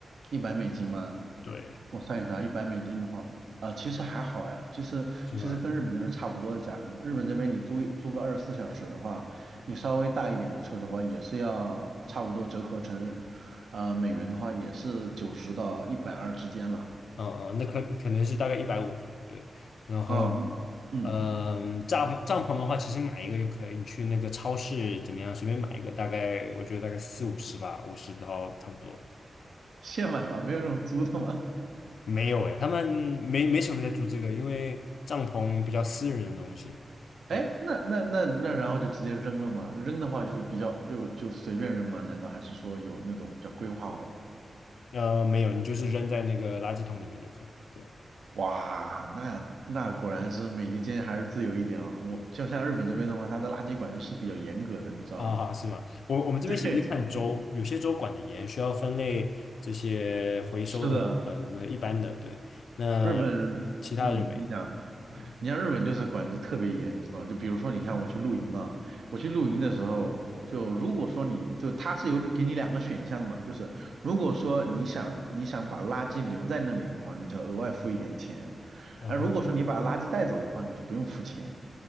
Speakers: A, on the right; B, on the left.
A: 一百美金吗？
B: 对，
A: 我算一算，一百美金的话，啊、其实还好哎，其实其实跟日本这边差不多的价格。
B: 是吗
A: 日本这边你租一租个二十四小时的话，你稍微大一点的车的话，也是要差不多折合成，呃，美元的话也是九十到一百二之间了。
B: 嗯嗯，那可可能是大概一百五左右，对。然后，
A: 啊、嗯，
B: 嗯帐帐帐篷的话，其实买一个就可以，你去那个超市怎么样，随便买一个，大概我觉得大概四五十吧，五十到差不多。
A: 现买吗？没有这种租的吗？
B: 没有诶，他们没没什么人在租这个，因为帐篷比较私人的东西，对不对？
A: 哎，那那那那，然后就直接扔了吗？扔的话就比较就就随便扔吗？难道还是说有那种比较规划好的？
B: 呃，没有，你就是扔在那个垃圾桶里面就可以了对
A: 哇，那那果然是美利坚还是自由一点啊。我就像日本这边的话，它的垃圾管制是比较严格的，你知道吗？
B: 啊，是吗？我我们这边其实看州，
A: <laughs> 对，
B: 有些州管得严，需要分类这些回收的，
A: 是的，
B: 嗯，那一般的，对，那呃其他的就没了
A: 日本，嗯，你讲，
B: 嗯
A: 你像日本就是管制特别严，你知道吗？就比如说，你看我去露营啊，我去露营的时候，就如果说你就它是有给你两个选项嘛，就是如果说你想你想把垃圾留在那里的话，你就要额外付一点钱，
B: 哦，
A: 而如果说你把垃圾带走的话，你就不用付钱。